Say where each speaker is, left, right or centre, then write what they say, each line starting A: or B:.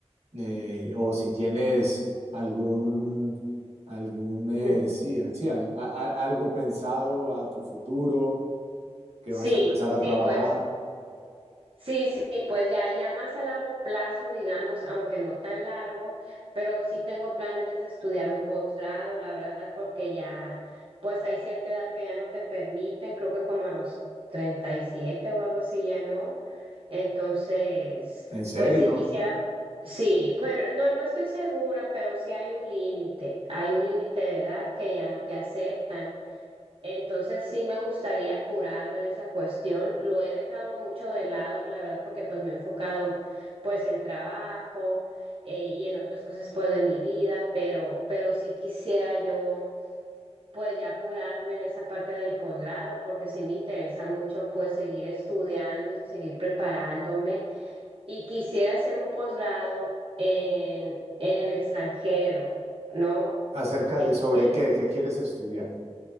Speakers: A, on the right (about 70°); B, on the right (about 50°).
A: eh, o si tienes algún, algún eh,
B: ujú.
A: sí, sí, al- a- a- algo pensado a tu futuro que
B: Sí,
A: vas a empezar
B: sí,
A: a trabajar,
B: pues, sí, sí, pues ya, ya más a largo plazo, digamos, aunque no tan largo, pero sí tengo planes de estudiar un posgrado, la verdad, porque ya, pues hay cierta edad que ya no te permiten, creo que como a los 37 o algo así ya no. Entonces,
A: en serio,
B: pues sí quisiera Sí, bueno, no, no estoy segura, pero sí hay un límite, hay un límite de edad que ya no te aceptan. Entonces sí me gustaría apurarme en esa cuestión. Lo he dejado mucho de lado, la verdad, porque pues me he enfocado pues en trabajo eh, y en otras cosas pues de mi vida, pero, pero sí quisiera yo pues ya apurarme en esa parte del posgrado, porque sí me interesa mucho pues seguir estudiando y seguir preparándome y quisiera hacer un posgrado en, en el extranjero, ¿no?
A: acerca
B: Que
A: de sobre
B: quisiera-
A: qué, qué quieres estudiar.